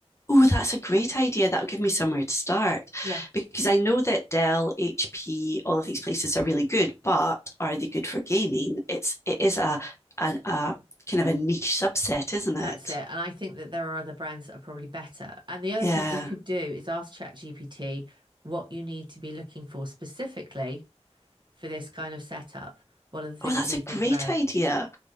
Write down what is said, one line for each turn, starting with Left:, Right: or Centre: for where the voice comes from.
Left: Oh, that's a great idea. That'll give me somewhere to start
Right: Yeah,
Left: because I know that Dell, HP, all of these places are really good, but are they good for gaming? It's it is a a, a kind of a niche subset, isn't
Right: that's
Left: it?
Right: it. And I think that there are other brands that are probably better. And the other
Left: Yeah.
Right: thing that you could do is ask ChatGPT what you need to be looking for specifically for this kind of setup, what are the things
Left: Oh, that's
Right: you
Left: a
Right: need
Left: great
Right: to think about?
Left: idea.